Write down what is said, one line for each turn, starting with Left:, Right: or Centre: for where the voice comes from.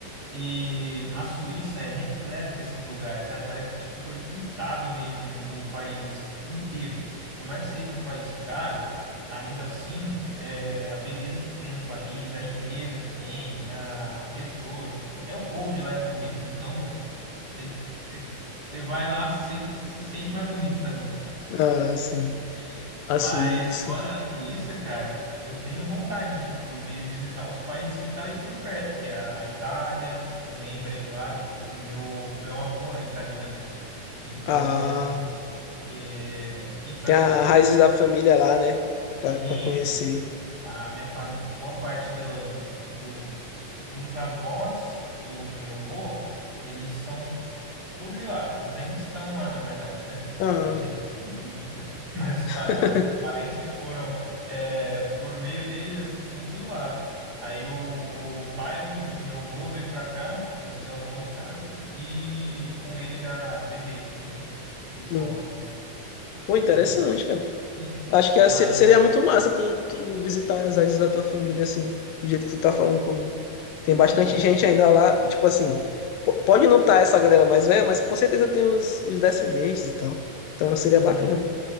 Right: E a Suíça é repleta desses lugares, sabe? Parece que tipo foi pintado mesmo o país inteiro. Por mais que seja um país caro, ainda assim, é, a beleza que tem no país, a limpeza que tem, a- as pessoas, até o povo de lá é bonito, então você você vai lá se sente, se sente mais bonito também.
Left: Ah, sim. A
Right: Mas
Left: Suíça.
Right: fora a Suíça, cara, eu tenho vontade, tipo, de visitar os países que tá ali por perto, que é a a Itália, também tá ali do lado. O meu, o meu avô é italiano, então,
Left: Ah,
Right: eh, quem sabe
Left: tem a
Right: eu consigo...
Left: raiz da
Right: Ah,
Left: família lá, né? Pra,
Right: Sim,
Left: pra conhecer.
Right: a minha fam... boa parte do, do, dos avós do, do meu avô, eles são tudo de lá. Eles ainda estão lá, na verdade, né?
Left: Ah,
Right: Não sei se estão vivos, né? <laughs> Mas os, pa-
Left: <laughs>
Right: a- os parentes que foram é, por meio deles assim, estão tudo lá. Aí o, o pai do, do meu avô veio pra cá, meu bisavô no caso, e com ele já bebê, né? De
Left: sim.
Right: colo.
Left: Pô, interessante,
Right: Aí,
Left: cara.
Right: sim.
Left: Acho que é-
Right: mas
Left: se- seria muito massa tu, tu visitar as raízes da tua família, assim, do jeito que tu tá falando, como tem
Right: não,
Left: bastante
Right: com,
Left: gente ainda lá, tipo assim, po- pode não estar essa galera mais velha, mas com certeza tem os, os descendentes e tal. Então seria
Right: Uhum.
Left: bacana,